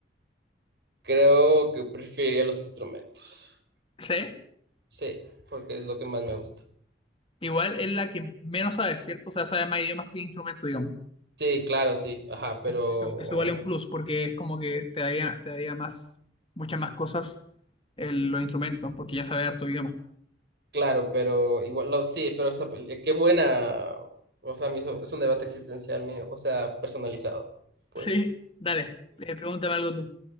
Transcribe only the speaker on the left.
¿Sí?
Igual es la que menos sabes, ¿cierto? O sea, sabes más idiomas que instrumento, digamos.
Eso, eso vale un plus porque es como que te daría, te daría más, muchas más cosas el- los instrumentos, porque ya sabes harto idioma.
Sí, dale, eh, pregúntame algo tú.